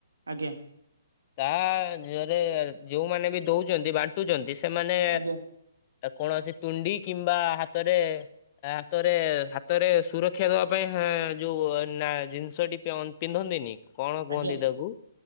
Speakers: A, on the right; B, on the left.
A: ଆଜ୍ଞା
B: ହଁ <unintelligible> ଯୋଉମାନେ ବି ଦଉଛନ୍ତି ବା ବାଣ୍ଟୁଚନ୍ତି ସେମାନେ
A: ଆଜ୍ଞା
B: କୌଣସି ତୁଣ୍ଡି କିମ୍ବା ହାତରେ ହାତରେ ହାତରେ ସୁରକ୍ଷା ଦେବା ପାଇଁ ହୁଁ ଯୋଉ ଜିନିଷଟି ପିନ୍ଧନ୍ତିନି। କଣ କୁହନ୍ତି
A: ଆଜ୍ଞା
B: ତାକୁ